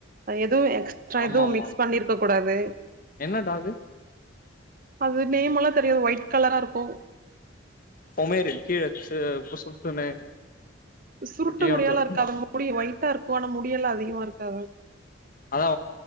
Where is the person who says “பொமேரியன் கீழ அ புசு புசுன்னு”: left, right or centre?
Left